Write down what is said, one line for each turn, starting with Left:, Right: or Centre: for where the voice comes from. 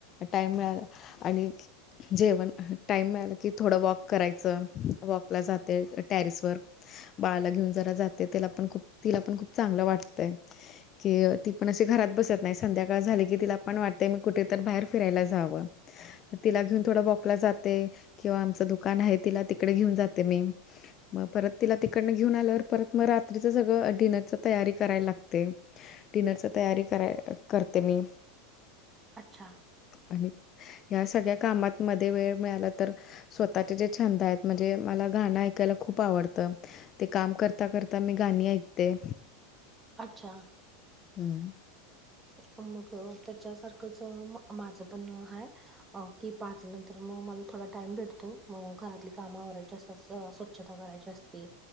Left: टाइम मिळाला आणि जेवण टाइम मिळालं की थोडं वॉक करायचं वॉकला जाते टॅरिसवर बाळाला घेऊन जरा जाते त्याला पण खूप तिला पण खूप चांगलं वाटतंय कि अ ती पण अशी घरात बसत नाही संध्याकाळ झाली की तिला पण वाटतंय मी कुठे तर बाहेर फिरायला जावं तिला घेऊन थोडं वॉकला जाते किंवा आमचं दुकान आहे तिला तिकडे घेऊन जाते मी मग परत तिला तिकडनं घेऊन आल्यावर परत मग रात्रीच सगळं डिनरच तयारी करायला लागते डिनरच तयारी कराय करते मी
Right: अच्छा
Left: आणि ह्या सगळ्या कामातमध्ये वेळ मिळाला तर स्वतःचे जे छंद आहेत म्हणजे मला गाणं ऐकायला खूप आवडत ते काम कर करता करता मी गाणी ऐकते
Right: अच्छा
Left: हम्म
Right: मग त्याच्यासारखंच माझं पण हाय अ की पाच नंतर मग मला थोडा टाइम भेटतो मग घरातली काम आवरायची असं स्वच्छता करायची असते